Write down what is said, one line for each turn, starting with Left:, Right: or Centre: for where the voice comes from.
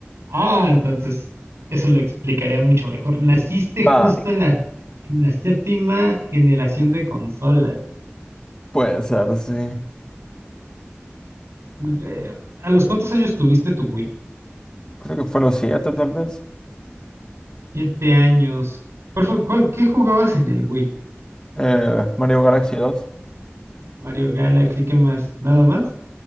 Right: Ah, entonces eso lo explicaría mucho mejor. Naciste justo
Left: Ah,
Right: en la, en la séptima generación de consolas.
Left: puede ser, sí.
Right: Eh, ¿A los cuántos años tuviste tu Wii?
Left: Creo que fue los siete tal vez.
Right: Siete años. ¿Cuál fue- cuál- qué jugabas en el Wii?
Left: Eh, Mario Galaxy dos,
Right: Mario Galaxy, ¿qué más? ¿Nada más?